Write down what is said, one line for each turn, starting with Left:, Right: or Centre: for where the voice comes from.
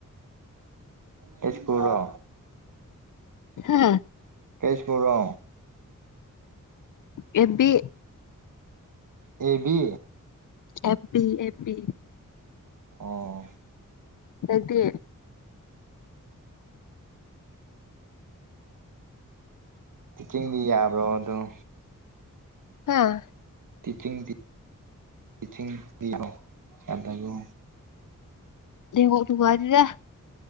Right: ꯀꯩ ꯁ꯭ꯀꯨꯜꯔꯣ
Left: ꯍꯥ
Right: ꯀꯩ ꯁ꯭ꯀꯨꯜꯔꯣ
Left: ꯑꯦꯕꯤ
Right: ꯑꯦꯕꯤ
Left: ꯑꯦꯕꯤ ꯑꯦꯕꯤ
Right: ꯑꯣ
Left: ꯅꯪꯗꯤ
Right: ꯇꯤꯆꯤꯡꯗꯤ ꯌꯥꯕ꯭ꯔꯣ ꯑꯗꯨꯝ
Left: ꯍꯥꯥ
Right: ꯇꯤꯆꯤꯡꯗꯤ ꯇꯤꯆꯤꯡꯗꯤ ꯌꯥꯗꯥꯕ꯭ꯔꯣ
Left: ꯅꯦꯋꯥꯛ ꯅꯨꯡꯉꯥꯢꯇꯦꯗꯥ